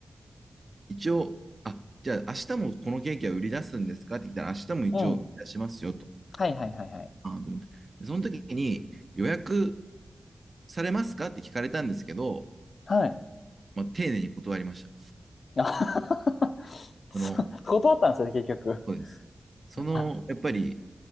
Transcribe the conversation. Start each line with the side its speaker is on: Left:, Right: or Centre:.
Right: 一応、あ、じゃあ明日もこのケーキは売り出すんですかって聞いたら、明日も一応売り出しますよと。
Left: うん。はいはいはいはい。
Right: あと思って。で、その時に予約されますかって聞かれたんですけど、
Left: はい。
Right: まあ、丁寧に断りました。
Left: あ <laughs> そう断ったんですよね、
Right: その、
Left: 結局。
Right: そうです。その、
Left: あ
Right: やっぱり、